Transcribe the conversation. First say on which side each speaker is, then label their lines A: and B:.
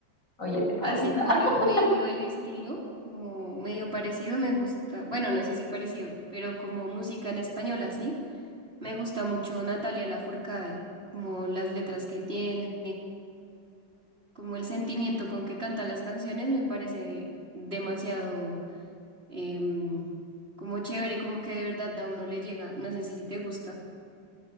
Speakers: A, on the left; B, on the right.
A: Oye, te falta.
B: Así por
A: <laughs>
B: medio el estilo, como medio parecido me gusta. Bueno, no sé si parecido, pero como música en español así, me gusta mucho Natalia Lafourcade, como las letras que tiene, como el sentimiento con que canta las canciones me parece demasiado em, como chévere, como que de verdad a uno le llega. No sé si te gusta.